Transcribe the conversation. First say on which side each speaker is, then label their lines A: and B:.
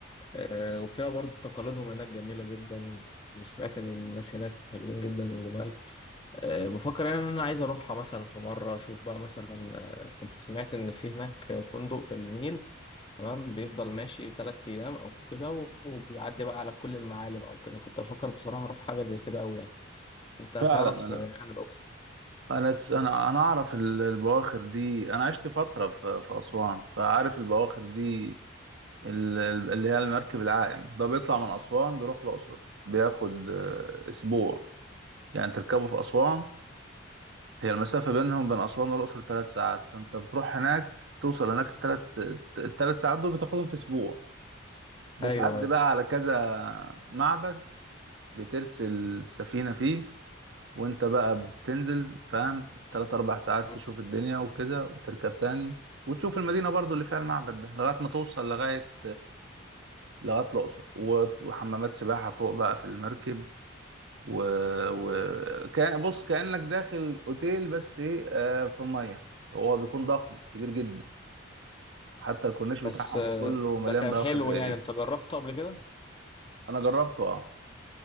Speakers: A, on the left; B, on the right.
A: آه، وفيها برضو تقاليدهم هناك جميلة جدا وسمعت إن الناس هناك حلوين جدا وجمال آه، بفكر يعني إن أنا عايز أروحها مثلا في مرة أشوف بقى مثلا آه، كنت سمعت إن في هناك فندق في النيل تمام بيفضل ماشي تلات أيام أو كده وبيعدي بقى على كل المعالم أو كده كنت بفكر بصراحة أروح حاجة زي كده أوي يعني أنت
B: فعلا
A: تعرف
B: انا
A: آه، عن الأقصر
B: انا س- انا انا اعرف ال- البواخر دي انا عشت فتره في في اسوان فعارف البواخر دي ال- ال- اللي هي المركب العائم ده بيطلع من أسوان بيروح الأقصر بياخد آه، أسبوع يعني تركبه في أسوان هي المسافة بينهم بين أسوان والأقصر ثلاث ساعات فأنت بتروح هناك توصل هناك الثلاث الثلاث ساعات دول بتاخدهم في أسبوع بتعدي
A: ايوه أيوة.
B: بقى على كذا معبد بترسل السفينة فيه وأنت بقى بتنزل فاهم تلات أربع ساعات
A: مم.
B: تشوف الدنيا وكذا وتركب تاني وتشوف المدينة برضو اللي فيها المعبد ده لغاية ما توصل لغاية لغايه الاقصر و- وحمامات سباحه فوق بقى في المركب و... و... كان بص كانك داخل اوتيل بس ايه آه في الميه هو بيكون ضخم كبير جدا حتى الكورنيش بتاعهم
A: بس آه،
B: كله مليان
A: ده كان
B: بواخر
A: حلو
B: زي
A: يعني
B: دي
A: انت جربته قبل كده
B: انا جربته اه